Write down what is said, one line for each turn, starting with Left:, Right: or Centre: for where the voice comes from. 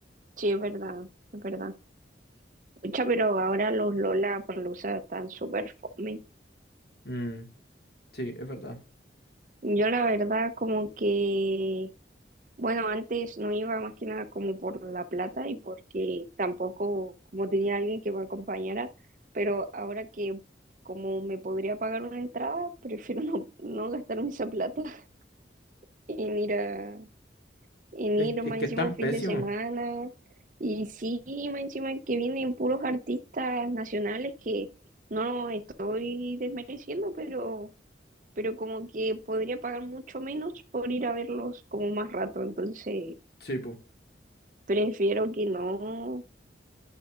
Right: sí, es verdad, es verdad. Pucha, pero ahora los Lola Lollapalooza están súper fome.
Left: Mm, sí, es verdad.
Right: Yo la verdad como que, bueno, antes no iba más que nada como por la plata y porque tampoco como tenía alguien que me acompañara, pero ahora que como me podría pagar una entrada, prefiero no, no gastarme esa plata <laughs> en ir a, en
Left: Es,
Right: ir
Left: es
Right: más
Left: que
Right: encima
Left: están
Right: un fin
Left: pésimos.
Right: de semana. Y sí, más encima que vienen puros artistas nacionales que no estoy desmereciendo, pero pero como que podría pagar mucho menos por ir a verlos como más rato, entonces
Left: Sí, po.
Right: prefiero que no.